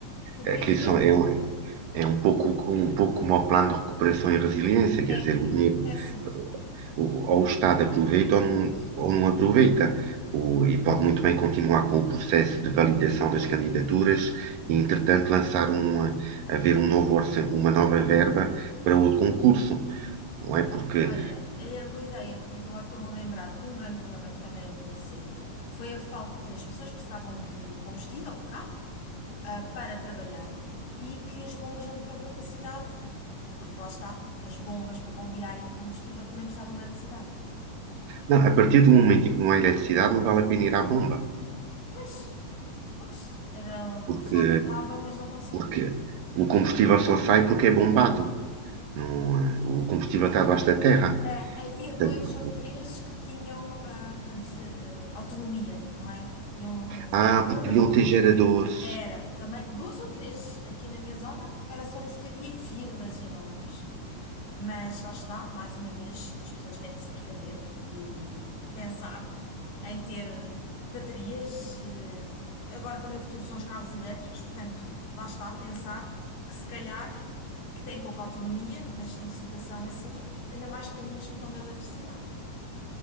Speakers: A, on the left; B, on the right.
A: Do
B: eh,
A: PRR.
B: aqui são, é, um- é um pouco, um pouco como o plano de recuperação e resiliência, quer
A: É,
B: dizer, o dinheiro,
A: é sim.
B: eh, o- ou o Estado aproveita ou não, ou não aproveita. O, e pode muito bem continuar com o processo de validação das candidaturas e, entretanto, lançar um, eh, haver um novo orça, uma nova verba para outro concurso, não é? Porque,
A: Olha, era boa ideia, porque agora estou-me a lembrar que um grande problema que também aconteceu foi a falta, foi as pessoas que precisavam de combustível, de carro, ah, para trabalhar e que as bombas não tinham capacidade porque lá está, as bombas para bombearem o combustível também precisavam de eletricidade.
B: não, a partir do momento em que não há eletricidade, não vale a pena ir à bomba,
A: Pois, pois, era, o
B: porque
A: pessoal tentava, mas não conseguia.
B: Porque o combustível só sai porque é bombado. Não, eh, o combustível está debaixo da terra.
A: É, havia
B: Portanto,
A: dois ou três que tinham, ah, portanto, ge- ah, autonomia, não é? Tinham ah,
B: ah,
A: gerador
B: porque deviam ter geradores.
A: Era, também, duas ou três aqui na minha zona, era só isso que havia, filas enormes. Mas lá está, mais uma vez, as pessoas têm que se precaver e pensar em ter eh, baterias. eh, Agora também o futuro são os carros elétricos, portanto, lá está, pensar que se calhar <laughs> que têm pouca autonomia, mas em situação assim, ainda mais dependentes ficam da eletricidade.